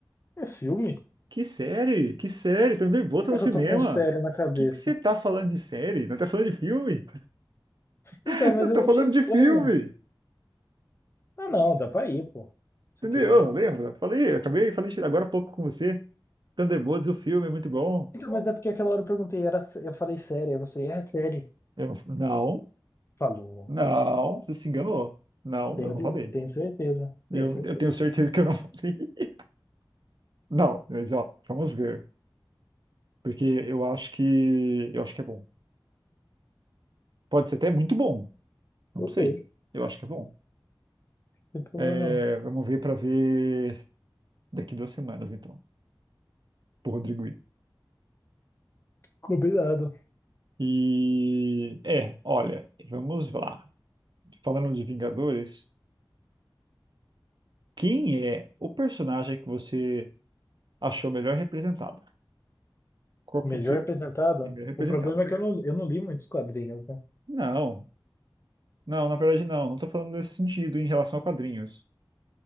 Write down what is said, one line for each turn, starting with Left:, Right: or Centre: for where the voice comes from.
Left: É filme?
Right: Que série? Que série? Thunderbolts é
Left: É
Right: no
Left: que
Right: cinema.
Left: eu tô com série na cabeça.
Right: O Que que você tá falando de série? Não tá falando de filme? <laughs>
Left: Então, mas
Right: Eu tô
Left: eu
Right: falando
Left: achei estranho.
Right: de filme.
Left: Ah, não, dá pra ir, pô. Se
Right: Entendeu?
Left: quiser. Não.
Right: Lembra? Falei, acabei, falei agora há pouco com você. Thunderbolts, o filme é muito bom.
Left: Então, mas é porque aquela hora eu perguntei, era, sé- eu falei série. Aí você, é série.
Right: Eu, não,
Left: Falou.
Right: não, você se enganou. Não,
Left: Tenho,
Right: eu não
Left: de-
Right: falei.
Left: tenho certeza,
Right: Eu,
Left: tenho certeza.
Right: eu tenho certeza que eu não falei. <laughs> Não, mas ó, vamos ver. Porque eu acho que eu acho que é bom. Pode ser até muito bom. Não
Left: Eu
Right: sei.
Left: vejo,
Right: Eu acho que é bom.
Left: não tem problema
Right: É,
Left: não.
Right: vamos ver para ver daqui duas semanas, então, por Rodrigo I.
Left: Combinado.
Right: E é, olha, vamos lá. Falando de Vingadores, quem é o personagem que você achou melhor representado? Qual que
Left: Melhor
Right: foi que você
Left: apresentado.
Right: melhor representado?
Left: O problema é que eu não, eu não li muitos quadrinhos, né?
Right: Não, não, na verdade não. Não tô falando nesse sentido em relação a quadrinhos.